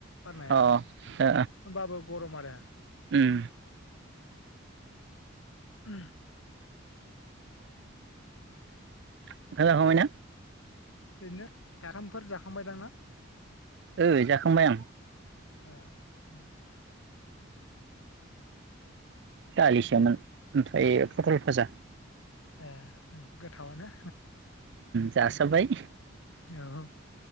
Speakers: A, on the left (about 85°); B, on the right (about 60°).
A: बारनाया
B: अ ओ
A: होमबाबो गरम आरो
B: उम
A: उम <inaudible>
B: ओंखाम जाखांबायना?
A: ओरैनो दाथामफोर जाखांबायदां ना?
B: ओइ जाखांबाय आं।
A: ओ ओ
B: दालिसोमोन ओमफ्राय फटल फाजा
A: ए ओं गोथावानो
B: जासाब्बाय
A: औ